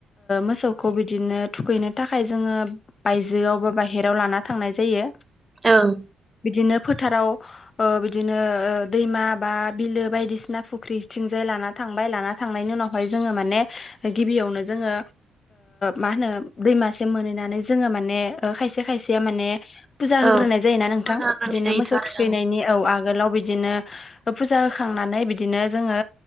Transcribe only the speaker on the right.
ओंग।
औ
फुजा होग्रोनाय
जायोथ'
आरो
ओं